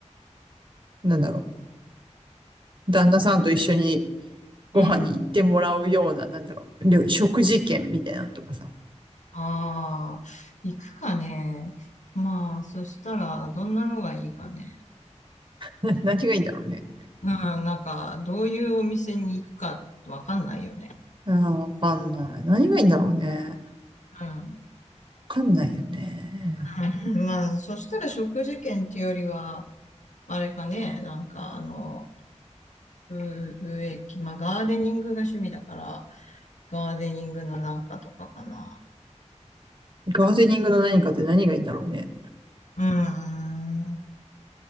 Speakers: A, on the right (about 40°); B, on the left (about 75°).
A: なんだろう、旦那さんと一緒にご飯に行ってもらうような、
B: うん。
A: なんだろう、りょ食事券みたいなのとかさ。
B: ああ、行くかね。まあ、そしたら、どんなのがいいかね。
A: な何がいいんだろうね。
B: うん、なんか、どういうお店に行くかわかんないよね。
A: あーわかんない。何がいいんだろうね。わ
B: うん。うん
A: かんないよね。
B: <laughs> まあ、そしたら食事券っていうよりは、あれかね、なんかあの、う植木、まあ、ガーデニングが趣味だから、ガーデニングのなんかとかかな。
A: ガーデニングの何かって何がいいんだろうね。
B: うーん、